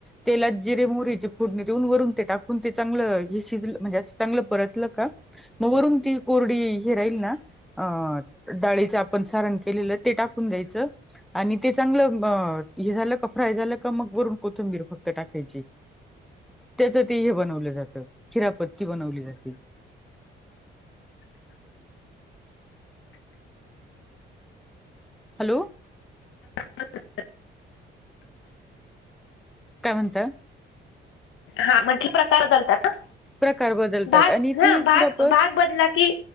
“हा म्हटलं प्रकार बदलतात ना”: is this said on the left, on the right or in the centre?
Left